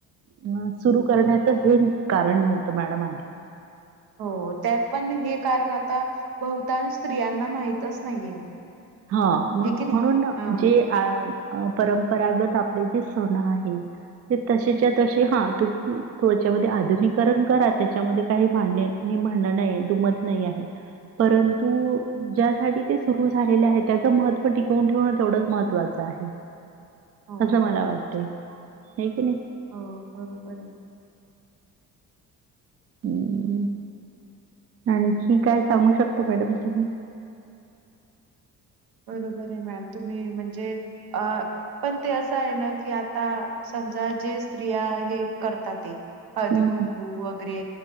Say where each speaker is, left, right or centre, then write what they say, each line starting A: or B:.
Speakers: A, on the right; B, on the right.
A: अ सुरू करण्याचं हे कारण नव्हतं मॅडम आधी.
B: हो त्या पण हे कारण आता बहुतांश स्त्रियांना माहितच नाहीये.
A: हा मग
B: हे की नाही
A: म्हणून
B: हा
A: जे अ''--'' अ परंपरागत आपले जे सण आहे. ते तसेच्या तसे हा तुम्ही थोडच्यामध्ये आधुनिककरण करा त्याच्यामध्ये काही मांडणे. मी म्हण नाही दुमत नाही आहे परंतु ज्यासाठी सुरू झा. हे लय हाय त्याचं महत्व टिकवून ठेवं तेवढंच महत्वाचं आहे.
B: हो
A: असं मला
B: बरोबर
A: वाटतय नाही की नाही.
B: हो बरोबर आहे.
A: हम् आणखी काय सांगू शकता मॅडम तुम्ही.
B: बरोबर आहे मॅम तुम्ही म्हणजे अ''--'' पण ते असं आहे ना की आता समजा जे स्त्रिया हे करतात ते. हळदी
A: हं,
B: कुंकू
A: हं.
B: वगैरे